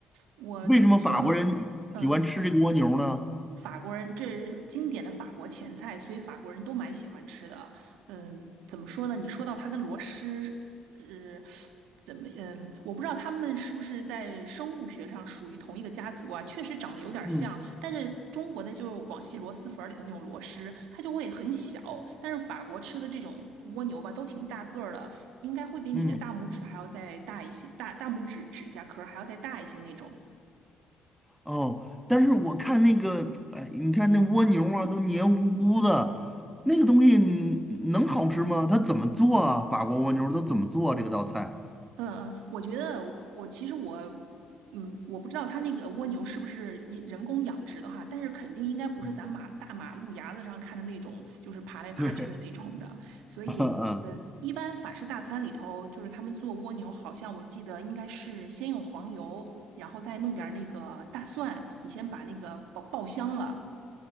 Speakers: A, on the right; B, in the centre.
A: 我怎么说呢？
B: 为什么法国人喜欢吃这个蜗牛呢？
A: 嗯，法国人这是经典的法国前菜，所以法国人都蛮喜欢吃的。嗯，怎么说呢？你说到它跟螺蛳，是。呃怎么，嗯，我不知道他们是不是在生物学上属于同一个家族啊？确实长得有点像，
B: 嗯
A: 但是中国的就是广西螺蛳粉儿里头那种螺蛳，它就会很小，但是法国吃的这种蜗牛吧，都挺大个儿的，应该会比你的大拇指还要再大一些，
B: 嗯。
A: 大大拇指指甲壳儿还要再大一些那种。
B: 哦，但是我看那个，哎，你看那蜗牛啊，都黏糊糊的，那个东西嗯能好吃吗？它怎么做啊？法国蜗牛它怎么做啊这个道菜？
A: 嗯嗯，我觉得我其实我，嗯，我不知道它那个蜗牛是不是也人工养殖的哈，但是肯定应该不是咱马大马路牙子上看的那种，
B: 嗯
A: 就是爬来爬去的那种的。
B: 对，<laughs>
A: 所以，
B: 嗯嗯，
A: 呃，一般法式大餐里头，就是他们做蜗牛，好像我记得应该是先用黄油，然后再弄点儿那个大蒜，你先把那个爆爆香了，